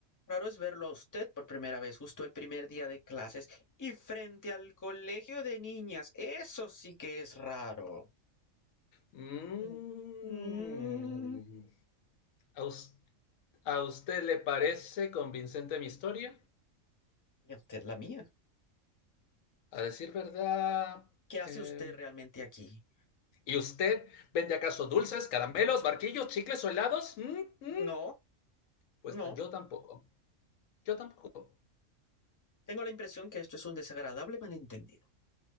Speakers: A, on the left; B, on the left.
A: Raro es verlo a usted por primera vez justo el primer día de clases y frente al colegio de niñas. Eso sí que es raro.
B: Mm.
A: Mm. Mm.
B: ¿A us- a usted le parece convincente mi historia?
A: ¿Y a usted la mía?
B: A decir verdad.
A: ¿Qué hace
B: eh,
A: usted realmente aquí?
B: ¿Y usted vende acaso dulces, caramelos, barquillos, chicles o helados? ¿Mm? ¿Mm?
A: No,
B: Pues
A: no,
B: yo tampoco. Yo tampoco.
A: Tengo la impresión que esto es un desagradable malentendido.